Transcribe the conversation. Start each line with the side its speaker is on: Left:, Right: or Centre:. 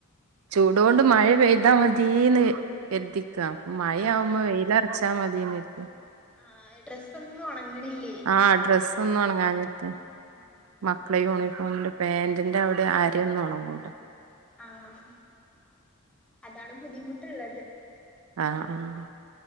Right: ചൂടോണ്ട് മഴ പെയ്താ മതീന്ന് കര്തിക്ക മഴ
Centre: ആഹ്
Right: ആവ്മ്മ വെയിലർച്ചാ മതിന്നര്തും
Centre: ആഹ് ഡ്രസ്സ് ഒന്നും ഒണങ്ങ്ണില്ലേ
Right: ആഹ് ഡ്രസ്സ് ഒന്നും ഒണ്ങ്ങാനിട്ട്
Centre: ഉം
Right: മക്കളെ യൂണിഫോമിന്റെ പാാന്റിന്റെ അവിടെ
Centre: ഉം ഉം
Right: അരയന്നും ഒണങ്ങൂല
Centre: ആഹ് അതാണ് ബുദ്ധിമുട്ട്ള്ളത്
Right: ആഹ് ആഹ്